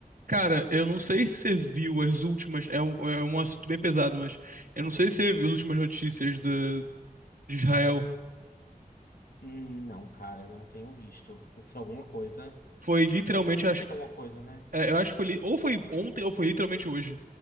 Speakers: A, on the right; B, on the left.
A: Cara, eu não sei se você viu as últimas. É um, é um assunto bem pesado, mas eu
B: Uhum.
A: não sei se você viu as últimas notícias de, de Israel.
B: Hum, Não, cara, não tenho visto. Se é alguma coisa.
A: Foi literalmente,
B: É sempre
A: acho,
B: tem alguma coisa, né?
A: é, eu acho que foi. li- Ou foi ontem, ou foi literalmente hoje.